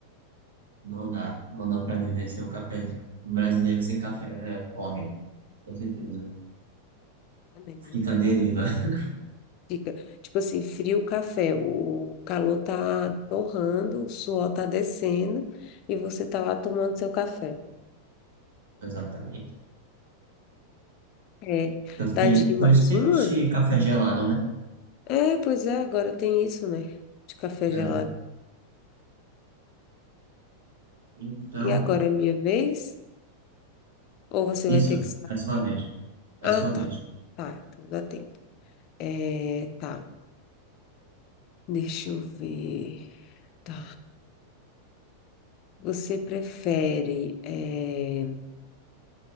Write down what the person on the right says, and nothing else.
Não dá, não dá pra viver sem um cafezinho. Um brasileiro sem café morre, com certeza.
Fica
à deriva, <laughs>
exatamente.
Tanto
que,
por
isso que
existe café gelado, né?
É.
Então,
isso,
é sua vez, é
sua
vez.